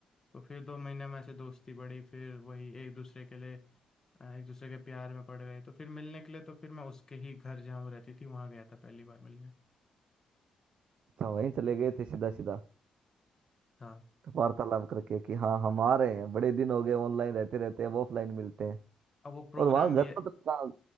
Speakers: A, on the left; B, on the right.
A: तो फिर दो महीने में ऐसे दोस्ती बढ़ी फिर वही एक दूसरे के लिए अ, एक दूसरे के प्यार में पड़ गए तो फिर मिलने के लिए तो फिर मैं उसके ही घर जहाँ वो रहती थी वहाँ गया था पहली बार मिलने
B: अच्छा वहीं चले गए थे सीधा सीधा
A: हाँ
B: वार्तालाप करके कि हाँ हम आ रहे हैं बड़े दिन हो गए ऑनलाइन रहते रहते अब ऑफलाइन मिलते हैं
A: अब वो प्रोग्राम
B: और वहाँ घर
A: भी
B: मतलब कहाँ